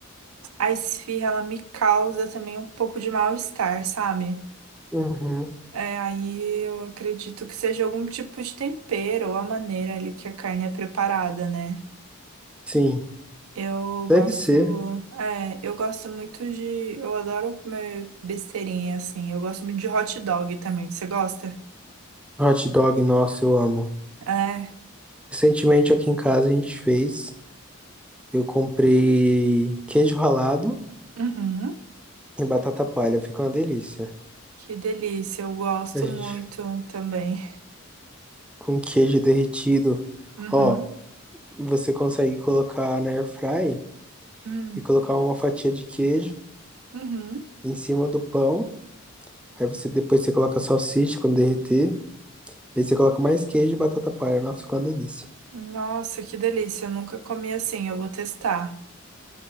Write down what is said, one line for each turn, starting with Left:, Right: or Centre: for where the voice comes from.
Right: a esfirra, ela me causa também um pouco de mal-estar, sabe?
Centre: Uhum.
Right: É, aí eu acredito que seja algum tipo de tempero ou a maneira ali que a carne é preparada, né?
Centre: Sim,
Right: Eu gosto,
Centre: deve ser.
Right: é, eu gosto muito de, eu adoro comer besteirinha, assim. Eu gosto muito de hot dog também. Você gosta?
Centre: Hot dog, nossa, eu amo.
Right: É.
Centre: Recentemente aqui em casa a gente fez. Eu comprei queijo ralado
Right: Uhum.
Centre: E batata palha fica uma delícia.
Right: Que delícia. Eu gosto
Centre: A gente
Right: muito também.
Centre: com queijo derretido.
Right: Uhum.
Centre: Ó, você consegue colocar na air fry
Right: Hum.
Centre: e colocar uma fatia de queijo
Right: Uhum.
Centre: em cima do pão. Aí você depois você coloca a salsicha quando derreter. Aí você coloca mais queijo e batata palha. Nossa, fica uma delícia.
Right: Nossa, que delícia. Eu nunca comi assim. Eu vou testar.